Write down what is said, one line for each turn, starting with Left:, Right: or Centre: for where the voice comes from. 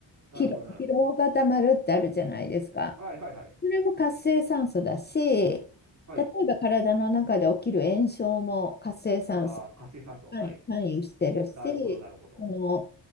Right: なるほど、
Left: 疲労、
Right: なるほど。
Left: 疲労がたまるってあるじゃないですか。
Right: はいはいはい。
Left: それも活性酸素だし、例
Right: はい。
Left: えば体の中で起きる炎症も活性酸素
Right: ああ、活性酸素。
Left: が関関与してるし、
Right: はい。なるほど、なるほど。
Left: その